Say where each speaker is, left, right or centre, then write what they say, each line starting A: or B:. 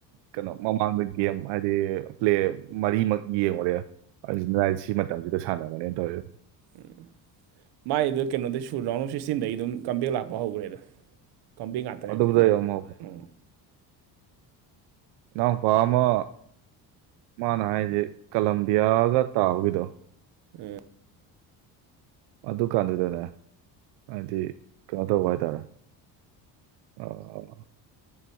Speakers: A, on the right; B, on the right.
A: ꯀꯩꯅꯣ ꯃꯃꯥꯡꯗ ꯒꯦꯝ ꯍꯥꯏꯗꯤ ꯄ꯭ꯂꯦ ꯃꯔꯤꯃꯛ ꯌꯦꯡꯉꯨꯔꯦ ꯑꯥꯔꯖꯦꯟꯇꯤꯅꯥ ꯁꯤ ꯃꯇꯝꯁꯤꯗ ꯁꯥꯟꯅꯕꯅꯦꯅ ꯇꯧꯋꯦ
B: ꯎꯝ ꯃꯥꯏꯗꯣ ꯀꯩꯅꯣꯗ ꯁꯨ ꯔꯥꯎꯟ ꯑꯣꯐ ꯁꯤꯛꯁꯇꯤꯟꯗꯒꯤ ꯑꯗꯨꯝ ꯀꯝꯝꯕꯦꯛ ꯂꯥꯛꯄ ꯍꯧꯈ꯭ꯔꯦꯗ ꯀꯝꯕꯦꯛ ꯉꯥꯛꯇꯅꯦ
A: ꯑꯗꯨꯗ
B: ꯍꯧꯖꯤꯛ ꯃꯥ
A: ꯌꯦꯡꯉꯣ
B: ꯎꯝ
A: ꯏꯅꯥꯎꯄꯥ ꯑꯃ ꯃꯥꯅ ꯍꯥꯏꯁꯦ ꯀꯂꯝꯕꯤꯌꯥꯒ ꯇꯥꯕꯒꯤꯗꯣ
B: ꯎꯝ
A: ꯑꯗꯨ ꯀꯥꯟꯗꯨꯗꯅꯦ ꯍꯥꯏꯗꯤ ꯀꯩꯅꯣ ꯇꯧꯕ ꯍꯥꯏꯇꯥꯔꯦ ꯑꯣ